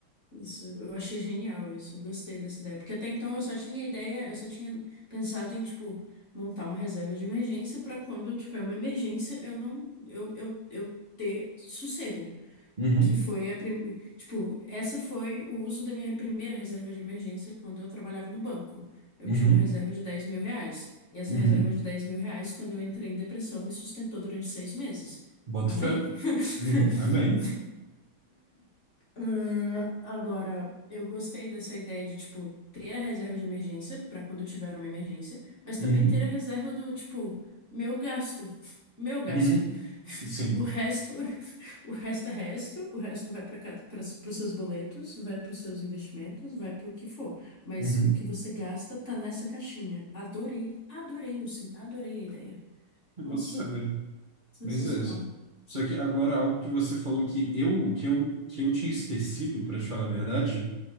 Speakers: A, on the left; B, on the right.
A: Isso, eu achei genial isso, eu gostei dessa ideia. Porque até então eu só tinha ideia, eu só tinha pensado em, tipo, montar uma reserva de emergência para quando eu tiver uma emergência, eu não, eu, eu, eu ter sossego.
B: uhum,
A: Que foi a, prim... tipo, essa foi o uso da minha primeira reserva de emergência quando eu trabalhava no banco. Eu
B: uhum,
A: tinha uma reserva de dez mil reais. E essa
B: uhum.
A: reserva de dez mil reais, quando eu entrei em depressão, me sustentou durante seis meses.
B: Boto
A: Amém?
B: fé.
A: <laughs>
B: Uhum, amém.
A: Ah, agora, eu gostei dessa ideia de, tipo, ter a reserva de emergência para quando tiver uma emergência, mas também
B: Uhum,
A: ter a reserva do, tipo, meu gasto. <laughs> Meu gasto.
B: uhum,
A: <laughs>
B: sim.
A: O resto, <laughs> o resto é resto, o resto vai para cada, para os seus boletos, vai para os seus investimentos, vai para o que for. Mas
B: Uhum.
A: o que você gasta tá nessa caixinha. Adorei, adorei, eu sim, adorei a ideia.
B: Eu
A: Nossa,
B: boto fé, velho.
A: sensacional.
B: Mas é. isso. Só que agora algo que você falou que eu que eu, que eu tinha esquecido, para te falar a verdade,